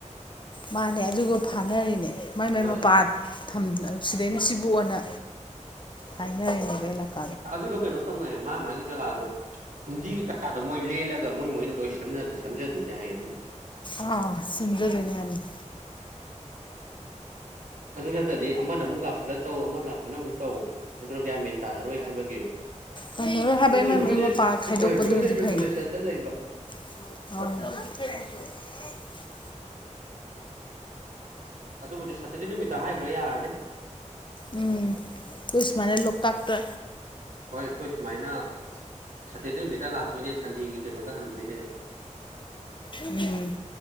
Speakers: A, on the left; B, on the right.
A: ꯃꯥꯅꯦ ꯑꯗꯨꯒ ꯐꯥꯅꯔꯤꯅꯦ ꯃꯥꯏ ꯃꯥꯏ
B: ꯍꯣꯏ
A: ꯃꯄꯥ ꯊꯝ ꯁꯤꯗꯩꯅ ꯁꯤꯕꯨ ꯑꯣꯏꯅ ꯍꯥꯏꯅꯔꯤꯅꯦꯕ ꯑꯦꯂꯀꯥ
B: ꯑꯗꯨꯗꯣ ꯀꯩꯅꯣ ꯇꯧꯅꯩ ꯃꯥ ꯃꯥꯒꯤ ꯖꯒꯥꯗꯣ ꯐꯨꯝꯗꯤꯒꯤ ꯀꯥꯗꯣ ꯃꯣꯏ ꯂꯦꯜꯂꯒ ꯃꯣꯏ ꯃꯣꯏꯅ ꯂꯣꯏ ꯂꯦꯜꯂꯒ ꯁꯦꯝꯖꯗꯣꯏꯅꯦ ꯍꯥꯏꯌꯦ ꯑꯗꯨꯗꯣ
A: ꯑ ꯁꯦꯝꯖꯗꯣꯏꯅꯦ ꯍꯥꯏꯕꯅꯦ
B: ꯑꯗꯨ ꯅꯠꯇꯗꯤ ꯑꯃꯅ ꯑꯃꯨꯛ ꯂꯥꯛꯁꯤꯜꯂꯛ ꯇꯧ ꯑꯃ ꯂꯥꯛꯇꯨꯅ ꯑꯃꯨꯛ ꯇꯧ ꯑꯗꯨꯅ ꯒ꯭ꯌꯥꯟ ꯃꯦꯟ ꯇꯥꯅꯔꯣꯏ ꯍꯥꯏꯕꯒꯤ
A: ꯇꯝꯅꯔꯣꯏ ꯍꯥꯏꯕ
B: ꯃꯣꯏꯁꯨ
A: ꯃꯥꯏ ꯃꯥꯏ
B: ꯔꯨꯜ
A: ꯃꯄꯥ
B: ꯑꯦꯟ
A: ꯈꯥꯏꯗꯣꯛꯄꯗꯨꯅꯗꯤ
B: ꯔꯨꯜ ꯑꯦꯟ ꯔꯤꯒꯨꯂꯦꯁꯟꯗ
A: ꯐꯩꯅꯦ
B: ꯂꯩꯕ
A: <unintelligible>
B: ꯑꯗꯨꯕꯨꯗꯤ ꯁꯇꯔꯗꯦ ꯅꯨꯃꯤꯠꯇ ꯍꯥꯏꯈ꯭ꯔꯥ ꯌꯥꯔꯅꯤ
A: ꯎꯝ ꯈꯣꯏꯁꯨꯃꯥꯏꯅꯥ ꯂꯇꯥꯛꯇ
B: ꯍꯣꯏ ꯑꯩꯈꯣꯏ ꯁꯨꯃꯥꯏꯅ ꯁꯇꯔꯗꯦ ꯅꯨꯃꯤꯠꯇ ꯂꯥꯛꯇꯣꯏꯅꯦ ꯁꯟꯗꯦꯒꯤ ꯀꯩꯅꯣꯗ ꯍꯟꯗꯣꯏꯅꯦ
A: ꯎꯝ